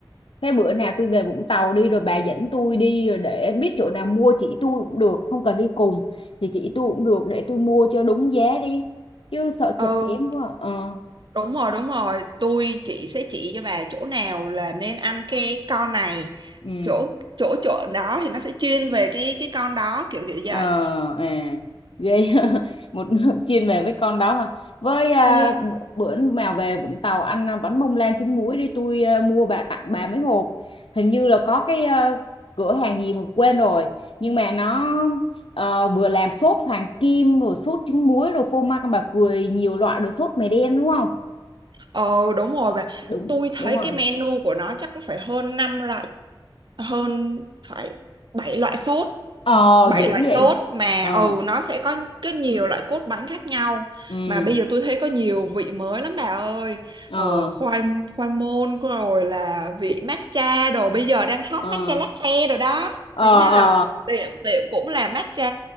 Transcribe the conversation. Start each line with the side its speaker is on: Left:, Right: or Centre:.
Left: Thế bữa nào tôi về Vũng Tàu đi rồi bà dẫn tôi đi rồi để biết chỗ nào mua chỉ tôi cũng được không cần đi cùng thì chỉ tôi cũng được để tôi mua cho đúng giá đi chứ sợ
Right: ừ
Left: chặt chém quá ờ
Right: Đúng rồi, đúng rồi. Tôi chị sẽ chỉ cho bà chỗ nào là nên ăn cái con này.
Left: ừ.
Right: Chỗ chỗ chỗ đó thì nó sẽ chuyên về cái cái con đó kiểu kiểu
Left: Ờ,
Right: vậy.
Left: à, ghê <laughs> một nước chuyên về với con đó hả? với à,
Right: Ừ.
Left: b- bữa nào về Vũng Tàu ăn à, bánh bông lan trứng muối đi tôi à, mua bà tặng bà mấy hộp hình như là có cái à, cửa hàng gì mà quên rồi nhưng mà nó ờ, vừa làm sốt hoàng kim rồi sốt trứng muối rồi phô mai con bà cười nhiều loại rồi sốt mè đen đúng không
Right: Ờ đúng rồi bà.
Left: đúng
Right: Tôi thấy
Left: đúng rồi
Right: cái menu của nó chắc cũng phải hơn 5 loại hơn phải 7 loại sốt.
Left: ờ
Right: bảy
Left: dữ
Right: loại
Left: vậy
Right: sốt mà
Left: ờ
Right: ừ nó sẽ có cái nhiều loại cốt bánh khác nhau
Left: ừ
Right: mà bây giờ tôi thấy có nhiều vị mới lắm bà ơi
Left: ờ
Right: ờ, khoai khoai môn rồi là vị matcha đồ bây giờ đang hot
Left: ờ
Right: matcha latte rồi đó
Left: ờ
Right: nên thế là
Left: ờ
Right: tiệm tiệm cũng là matcha